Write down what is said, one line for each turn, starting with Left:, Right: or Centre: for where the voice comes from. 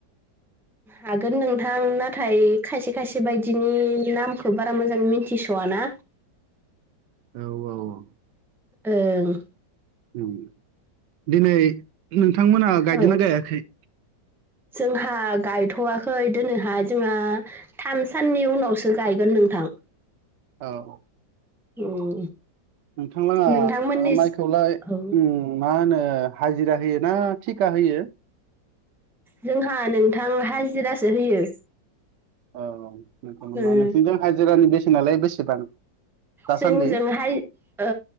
Centre: हागोन नोंथां नाथाय खायसे खायसे बायदिनि नामखौ बारा मोजां मिथिस'व ना।
Right: औ औ औ।
Centre: ओं।
Right: उम दिनै नोंथांमोना गायदों
Centre: औ
Right: ना गायाखै?
Centre: जोंहा गायथ'वाखै दिनैहाय जोंहा थाम सा साननि उनावसो गायगोन नोंथां।
Right: औ।
Centre: उम।
Right: नोंथांलाहा
Centre: नोंथांमोननि
Right: ओ माइखौलाय
Centre: औ
Right: उम मा होनो हाजिरा होयो ना थिखा होयो?
Centre: जोंहा नोंथां हाजिरासो होयो।
Right: औ <unintelligible> नोंसिनिजों
Centre: उम
Right: हाजिरानि बेसेनाालाय बेसेबां? दासान्दि?
Centre: जोंजोंहाय ओ